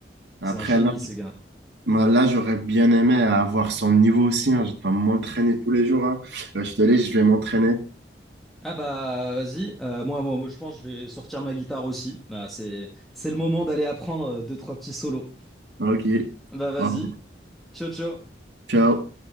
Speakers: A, in the centre; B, on the right (about 75°).
A: C'est
B: Après,
A: un génie,
B: là,
A: ce gars.
B: moi, là j'aurais bien aimé avoir son niveau aussi, hein. Je dois m'entraîner tous les jours, hein. Euh, je te laisse, je vais m'entraîner.
A: Ah bah vas-y, Euh, moi, moi, moi je pense que je vais sortir ma guitare aussi. Bah, c'est, c'est le moment d'aller apprendre euh, deux, trois petits solos.
B: Ok.
A: Bah vas-y,
B: Oh,
A: ciao ciao.
B: ciao.